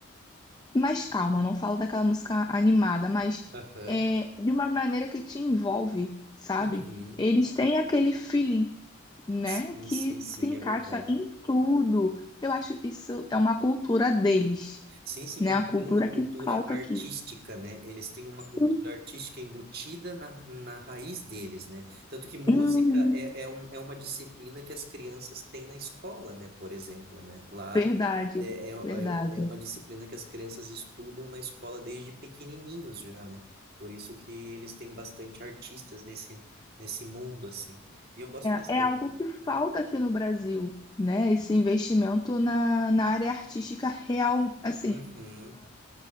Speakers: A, on the left; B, on the right.
A: mais calma, não falo daquela música animada, mas
B: Aham.
A: é de uma maneira que te envolve, sabe?
B: Uhum.
A: Eles têm aquele feeling, né,
B: Sim,
A: que
B: sim, sim,
A: se encaixa
B: é verdade.
A: em tudo. Eu acho isso é uma cultura deles,
B: Sim, sim,
A: né?
B: ele
A: A cultura
B: tem uma
A: que
B: cultura
A: falta
B: artística,
A: aqui.
B: né? Eles têm uma cultura
A: Hum,
B: artística embutida na, na raiz deles, né? Tanto que música
A: hum,
B: é, é, um, é uma disciplina que as crianças têm na escola, né? Por exemplo, né? Lá
A: verdade,
B: é, é, é
A: verdade.
B: é uma disciplina que as crianças estudam na escola desde pequenininhos já, né? Por isso que eles têm bastante artistas nesse, nesse mundo, assim. E eu gosto bastante.
A: É, é algo que falta aqui no Brasil, né? Esse investimento na, na área artística real, assim,
B: Uhum.